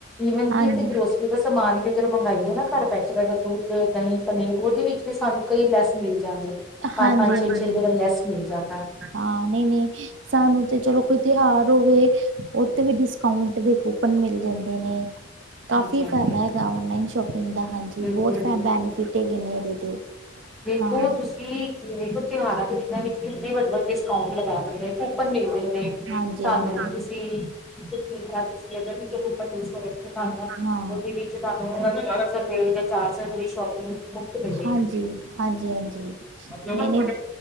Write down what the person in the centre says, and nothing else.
ਈਵਨ
ਕਿ ਅਸੀਂ ਗਰੋਸਰੀ। ਜੇ ਤੇ ਸਮਾਨ ਵੀ ਅਗਰ ਮੰਗਾਈਏ ਨਾ ਘਰ ਬੈਠੇ ਦਾ ਦੁੱਧ ਦਹੀਂ ਪਨੀਰ ਉਹਦੇ ਵਿੱਚ ਵੀ ਸਾਨੂੰ ਕਈ ਲੈਸ ਮਿਲ ਜਾਂਦੀ ਪੰਜ
ਪੰਜ ਛੇ
ਛੇ ਰੁਪਏ ਦਾ ਲੈਸ ਮਿਲ ਜਾਂਦਾ।
ਹਾਂਜੀ ਹਾਂਜੀ
ਬਿਲਕੁਲ
ਦੇਖੋ
ਤੁਸੀਂ <unintelligible> ਤਿਉਹਾਰਾਂ ਦੇ ਵਿੱਚ ਕਿੰਨੇ ਵੱਡੇ ਵੱਡੇ ਡਿਸਕਾਉਂਟ ਲਗਾ ਦਿੰਦੇ ਕੂਪਨ ਮਿਲਦੇ ਨੇ।
ਸਾਨੂੰ
ਤੁਸੀਂ ਇੱਕ ਚੀਜ਼ ਤੁਸੀਂ ਅਗਰ ਕੂਪਨ ਯੂਜ ਕਰੋ ਤੁਹਾਨੂੰ
ਉਹਦੇ ਵਿੱਚ ਤੁਹਾਨੂੰ ਬਾਰਾਂ ਸੌ ਰੁਪਏ ਜਾਂ ਚਾਰ ਸੌ ਰੁਪਏ ਸ਼ੋਪਿੰਗ ਮੁਫ਼ਤ ਮਿਲੇਗੀ।
ਹਾਂਜੀ